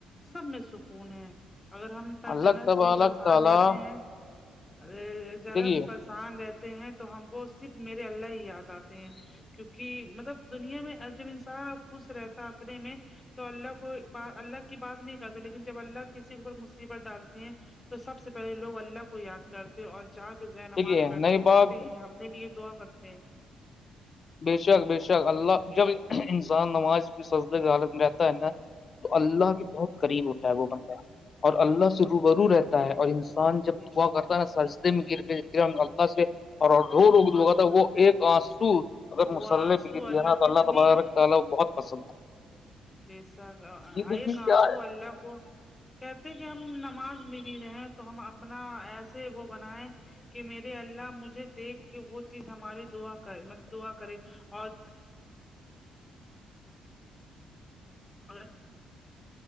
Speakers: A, on the left (about 20°); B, on the left (about 45°).
A: سب میں سکون ہے اگر ہم پر
B: الگ
A: جن
B: تب
A: سے بھی
B: الگ
A: پرسان
B: تعالی
A: رہتے ہیں ا جذرا
B: دیکھیے
A: بھی پر ان رہتے ہیں تو ہم کو صرف میرے اللہ ہی یاد آتے ہیں کیونکہ کہ مطلب دنیا میں جب انسان ا خوش رہتا اپنے میں تو اللہ کو اللہ کی بات نہیں کرتا لیکن جب اللہ کسی اوپر مصیبت ڈالتے ہیں تو سب سے پہلے لوگ اللہ کو یاد کرتے اور چا کے ذ
B: دیکھیے
A: نماز بیٹھ
B: نئی
A: کے روتے
B: بات
A: ہیں اپنے لیے دعا کرتے ہیں
B: بےشک بےشک اللہ جب انسان نماز کی سجدے کی حالت میں رہتا ہے نا تو اللہ کے بہت قریب ہوتا ہے وہ بندہ اور اللہ سے روبرو
A: ہیں
B: رہتا ہے اور انسان جب
A: بے شک
B: دا کرتا ہے نا سرجدے میں گر کے اللہ سے اور
A: ہاں
B: رو رک
A: ماشاء
B: دوا تھا وہ
A: اللہ
B: ایک تو آنسو اگر
A: وہ
B: مسل
A: آنسو
B: بکاں تو
A: کو اتنی
B: اللہ تبارک تعالا بہت پسند ہے
A: بیسک آ
B: دیکھیے
A: یہ
B: کیا
A: آنسو
B: ہے
A: اللہ کو کہتے کہ ہم نماز بھی بھی رہے تو ہم اپنا ایسے وہ بنیں کہ میرے اللہ مجھے دیکھ کے وہ چیز ہماراری دعا کر دعا کرے اور ہاں